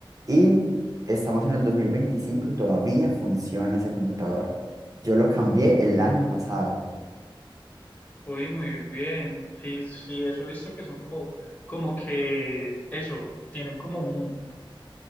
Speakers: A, on the right (about 40°); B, on the left (about 20°).
A: y estamos en el 2025 y todavía funciona ese computador. Yo lo cambié el año pasado.
B: Uy, muy bien. Sí, sí, eso he visto que son como, como que eso, tienen como un-